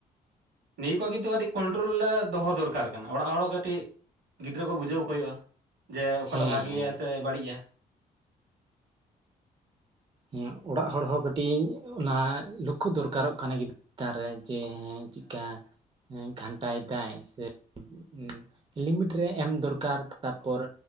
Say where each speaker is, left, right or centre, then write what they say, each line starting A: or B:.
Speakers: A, on the right; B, on the right.
A: ᱱᱤᱭᱟᱹ ᱠᱚᱜᱤ ᱛᱚ ᱠᱟᱹᱴᱤᱡ ᱠᱚᱱᱴᱨᱳᱞ ᱨᱮ ᱫᱚᱦᱚ ᱫᱚᱨᱠᱟᱨ ᱫᱚᱠᱟᱨ ᱠᱟᱱᱟ ᱚᱲᱟᱜ ᱦᱚᱲ ᱠᱟᱹᱴᱤᱡ ᱜᱤᱫᱽᱨᱟᱹ ᱠᱚ ᱵᱩᱡᱷᱟᱹᱣ ᱠᱚ ᱦᱳᱭᱳᱜᱼᱟ ᱡᱮ ᱚᱠᱟᱴᱟᱜ
B: ᱦᱮᱸ
A: ᱵᱷᱟᱜᱮᱭᱟ
B: ᱦᱮᱸ
A: ᱥᱮ ᱵᱟᱹᱲᱤᱡᱼᱟ
B: ᱦᱮᱸ ᱚᱲᱟᱜ ᱦᱚᱲ ᱦᱚᱸ ᱠᱟᱹᱴᱤᱡ ᱚᱱᱟ ᱞᱚᱠᱠᱷᱚ ᱫᱚᱨᱠᱟᱨᱚᱜ ᱠᱟᱱᱟ ᱜᱤᱫᱽᱨᱟᱹ ᱪᱮᱛᱟᱱ ᱨᱮ ᱡᱮ ᱦᱮᱸ ᱪᱮᱜᱠᱟ ᱜᱷᱟᱱᱴᱟᱭᱮᱫᱟᱭ ᱥᱮ ᱩᱸ ᱞᱤᱢᱤᱴ ᱨᱮ ᱮᱢ ᱫᱚᱨᱠᱟᱨ ᱛᱟᱨᱯᱚᱨ